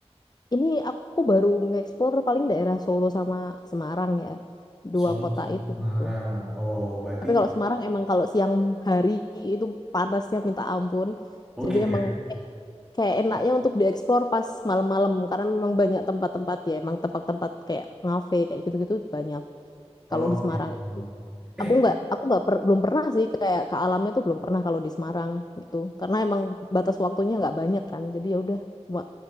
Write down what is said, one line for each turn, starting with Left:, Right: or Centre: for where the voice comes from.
Left: ini aku baru nge-explore paling daerah Solo sama Semarang ya. Dua
Centre: Solo
Left: kota
Centre: sama
Left: itu.
Centre: Semarang.
Left: gitu.
Centre: Oh, berarti
Left: Tapi kalau Semarang emang kalau siang hari itu panasnya minta ampun.
Centre: oh
Left: Jadi
Centre: gitu
Left: emang
Centre: ya.
Left: kayak enaknya untuk dieksplor pas malam-malam karena memang banyak tempat-tempat ya emang tempat-tempat kayak ngafe kayak gitu-gitu banyak kalau
Centre: Oh
Left: di Semarang
Centre: gitu.
Left: ya
Centre: Eh,
Left: aku nggak aku nggak per- belum pernah sih kayak ke alamnya tuh belum pernah kalau di Semarang gitu karena emang batas waktunya nggak banyak kan jadi ya udah cuma